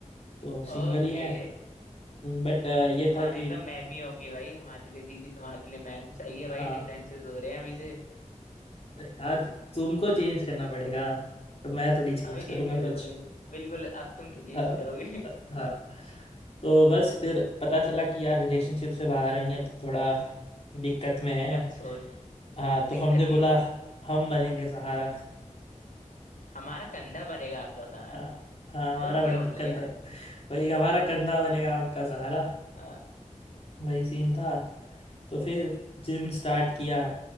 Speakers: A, on the left (about 50°); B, on the left (about 85°).
A: तो सिंगल
B: ओके
A: ही है बट ये
B: तुम्हारे
A: था कि
B: तो मैम ही होंगे भाई हमारे लिए दीदी तुम्हारे लिए मैम सही है भाई
A: हाँ
B: डिफरेंसेस हो रहे हैं अभी से
A: यार तुमको चेंज करना पड़ेगा तो मैं थोड़ी चेंज
B: हमें
A: करूँगा
B: चेंज करना
A: कुछ
B: पड़ेगा बिल्कुल अब तुम क्या चेंज
A: हाँ
B: करोगे
A: हाँ
B: <laughs>
A: तो बस फिर पता चला कि यार रिलेशनशिप से बाहर आई है तो थोड़ा दिक्कत में है
B: कंसोल
A: हाँ तो
B: दिक्कत
A: हमने बोला
B: दे
A: हम बनेंगे सहारा
B: हमारा कंधा बनेगा आपका सहारा
A: हाँ हाँ हमारा
B: तुम
A: बन
B: क्यों बनोगे
A: कंधा
B: यार
A: भाई हमारा कंधा बनेगा आपका सहारा
B: आ,
A: वही सीन था तो फिर जिम स्टार्ट किया